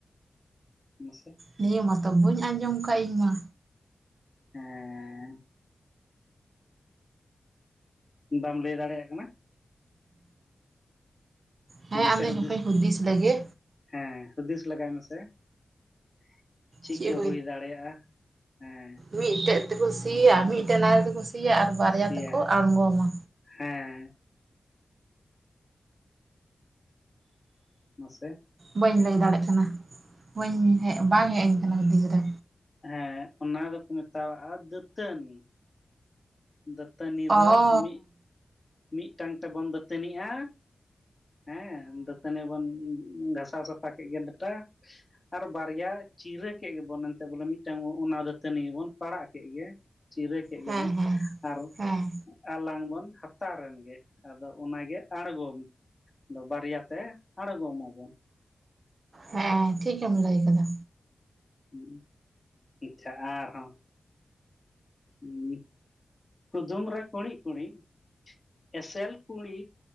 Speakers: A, on the left; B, on the right.
A: ᱢᱚᱥᱮ
B: ᱱᱤᱭᱟᱹ ᱢᱟᱛᱚ ᱵᱟᱹᱧ ᱟᱸᱡᱚᱢ ᱠᱟᱜ ᱤᱧ ᱢᱟ᱾
A: ᱦᱮᱸ᱾ ᱵᱟᱢ ᱞᱟᱹᱭ ᱫᱟᱲᱮᱭᱟᱜ ᱠᱟᱱᱟ᱾
B: ᱦᱮᱸ
A: ᱱᱟᱥᱮ
B: ᱟᱫᱚᱧ
A: ᱦᱩᱫᱤᱥ
B: ᱦᱟᱯᱮᱧ ᱞᱮᱜᱮ
A: ᱦᱮᱸ ᱦᱩᱫᱤᱥ ᱞᱟᱜᱟᱭ ᱢᱮᱥᱮ᱾ <inaudible> ᱪᱤᱜ
B: ᱪᱮᱫ
A: ᱠᱩ ᱦᱩᱭ ᱫᱟᱲᱮᱭᱟᱜᱼᱟ ᱦᱮᱸ᱾
B: ᱢᱤᱫ ᱴᱮᱡ ᱛᱮᱠᱩ ᱥᱤᱭᱟ ᱢᱤᱫᱴᱮᱜ ᱱᱟᱦᱮᱞ ᱛᱮᱠᱚ ᱥᱤᱭᱟ ᱟᱨ ᱵᱟᱨᱭᱟ
A: ᱥᱮᱭᱟ
B: ᱛᱮᱠᱚ ᱟᱬᱜᱚᱢᱟ᱾
A: ᱦᱮᱸ᱾ ᱢᱟᱥᱮ᱾
B: ᱵᱟᱹᱧ ᱞᱟᱹᱭ ᱫᱟᱲᱮᱜ ᱠᱟᱱᱟ ᱵᱟᱹᱧ ᱦᱮᱡ ᱵᱟᱝ ᱦᱮᱡ ᱟᱹᱧ ᱠᱟᱱᱟ ᱦᱩᱫᱤᱥ ᱨᱮ᱾
A: ᱦᱮᱸ ᱚᱱᱟ ᱫᱚᱠᱚ ᱢᱮᱛᱟᱣᱟᱜᱼᱟ ᱫᱟᱹᱛᱟᱹᱱᱤ ᱫᱟᱹᱛᱟᱹᱱᱤ ᱫᱚ
B: ᱚ
A: ᱢᱤᱜ ᱢᱤᱫᱴᱟᱝ ᱛᱮᱵᱚᱱ ᱫᱟᱹᱛᱟᱹᱱᱤᱜᱼᱟ ᱦᱮᱸ ᱫᱟᱹᱛᱟᱹᱱᱤ ᱵᱚᱱ ᱜᱷᱟᱥᱟᱣ ᱥᱟᱯᱷᱟ ᱠᱮᱫ ᱜᱮᱭᱟ ᱰᱟᱴᱟ ᱟᱨ ᱵᱟᱨᱭᱟ ᱪᱤᱨᱟᱹ ᱠᱮᱫ ᱜᱮᱵᱚᱱ ᱮᱱᱛᱮᱫ ᱵᱚᱞᱮ ᱢᱤᱫᱴᱟᱝ ᱚᱱᱟ ᱫᱟᱹᱛᱟᱹᱱᱤ ᱜᱮᱵᱚᱱ ᱯᱟᱲᱟᱜ ᱠᱮᱜ ᱜᱮ ᱪᱤᱨᱟᱹ ᱠᱮᱫ
B: ᱦᱮᱸ
A: ᱜᱮᱵᱚᱱ
B: ᱦᱮᱸ
A: ᱟᱨ
B: ᱦᱮᱸ
A: ᱟᱞᱟᱝ ᱵᱚᱱ ᱦᱟ ᱛᱟᱨ ᱨᱮᱱ ᱜᱮ ᱟᱫᱚ ᱚᱱᱟᱜᱮ ᱟᱬᱜᱚᱢ ᱟᱫᱚ ᱵᱟᱨᱭᱟᱛᱮ ᱟᱬᱜᱚᱢ ᱢᱟᱵᱚᱱ
B: ᱦᱮᱸ ᱴᱷᱤᱠᱮᱢ ᱞᱟᱹᱭ ᱟᱠᱟᱫᱟ
A: ᱦᱩᱸ <unintelligible> ᱟᱨᱦᱚᱸ ᱦᱩᱸ ᱠᱩᱫᱩᱢ ᱨᱮ ᱠᱩᱬᱤᱫ ᱠᱩᱬᱤᱫ ᱮᱥᱮᱞ ᱠᱩᱬᱤ